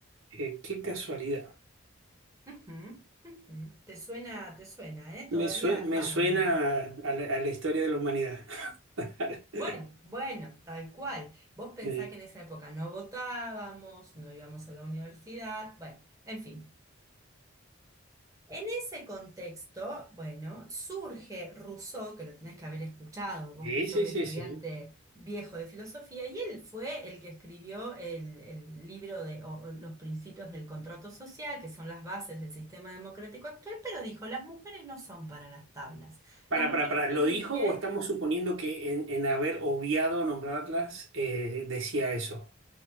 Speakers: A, on the right (about 75°); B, on the right (about 15°).
A: Eh, qué casualidad.
B: Ujú, ujú. Te suena, te suena, ¿eh?
A: Me,
B: Todavía
A: sue-
B: estamos
A: me suena
B: en el...
A: a la, a la historia de la humanidad. <laughs>
B: Bueno, bueno, tal cual. Vos pensás
A: Eh,
B: que en esa época no votábamos, no íbamos a la universidad, bueno, en fin. En ese contexto, bueno, surge Rousseau, que lo tenés que haber escuchado, vos
A: Sí,
B: que sos
A: sí,
B: estudiante
A: sí, sí.
B: viejo de filosofía, y él fue el que escribió el, el libro de o- o los principios del contrato social, que son las bases del sistema democrático actual, pero dijo, las mujeres no son para las tablas.
A: Para,
B: Las mujeres
A: para, para,
B: tienen
A: ¿lo dijo
B: que
A: o estamos suponiendo que en, en haber obviado nombrarlas eh, decía eso?